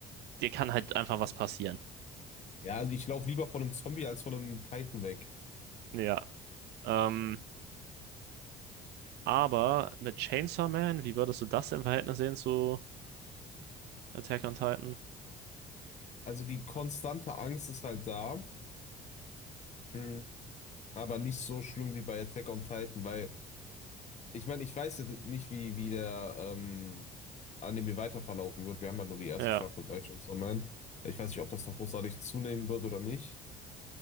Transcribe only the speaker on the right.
dir kann halt einfach was passieren.
Ja, ähm, aber mit Chainsaw Man, wie würdest du das im Verhältnis sehen zu Attack on Titan?
Ja,